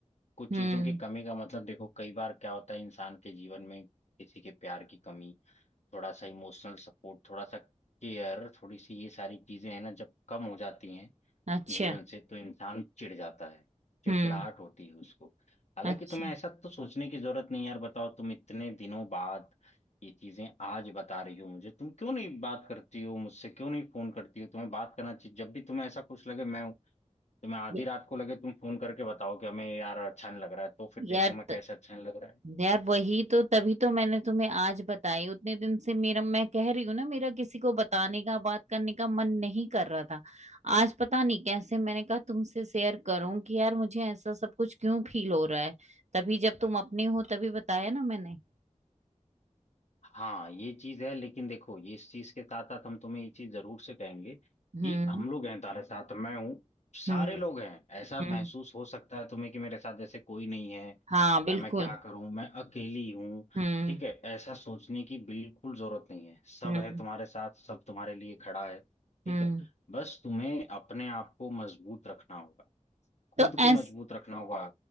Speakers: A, on the left; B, on the right.
A: कुछ
B: हम्म
A: चीजों की कमी का मतलब देखो कई बार क्या होता है इंसान के जीवन में किसी के प्यार की कमी थोड़ा सा इमोशनल सपोर्ट थोड़ा सा केयर थोड़ी सी ये सारी चीजें हैं ना जब कम हो जाती हैं
B: अच्छा
A: जीवन से तो इंसान चिढ़ जाता है चिड़चिड़ाहट
B: हम्म
A: होती है उसको हालांकि
B: अच्छा
A: तुम्हें ऐसा तो सोचने की जरूरत नहीं है यार बताओ तुम इतने दिनों बाद ये चीजें आज बता रही हो मुझे तुम क्यों नहीं बात करती हो मुझसे क्यों नहीं फोन करती हो तुम्हें बात करना चाहिए जब भी तुम्हें ऐसा कुछ लगे मैं हूं तुम्हें आधी
B: य-
A: रात को लगे तुम फोन करके बताओ कि हमें यार अच्छा नहीं लग रहा है तो फिर देखो
B: यार
A: मैं
B: त,
A: कैसे अच्छा नहीं लग रहा है
B: यार वही तो तभी तो मैंने तुम्हें आज बताई उतने दिन से मेरा मैं कह रही हूँ ना मेरा किसी को बताने का बात करने का मन नहीं कर रहा था आज पता नहीं कैसे मैंने कहा तुमसे शेयर करूं कि यार मुझे ऐसा सब कुछ क्यों फील हो रहा है तभी जब तुम अपने हो तभी बताया ना मैंने
A: हाँ ये चीज है लेकिन देखो ये इस चीज के साथ साथ हम तुम्हें ये चीज जरूर से कहेंगे कि
B: हम्म
A: हम लोग हैं तुम्हारे साथ मैं हूँ सारे
B: हम्म
A: लोग हैं ऐसा
B: हम्म
A: महसूस हो सकता है तुम्हें कि मेरे साथ जैसे कोई नहीं है
B: हाँ बिल्कुल
A: या मैं क्या करूं मैं अकेली हूँ
B: हम्म
A: ठीक है ऐसा सोचने की बिल्कुल जरूरत नहीं है सब
B: हम्म
A: है तुम्हारे साथ सब तुम्हारे लिए खड़ा है ठीक
B: हम्म
A: है बस तुम्हें अपने आप को मजबूत रखना होगा खुद
B: तो
A: को
B: ऐस
A: मजबूत रखना होगा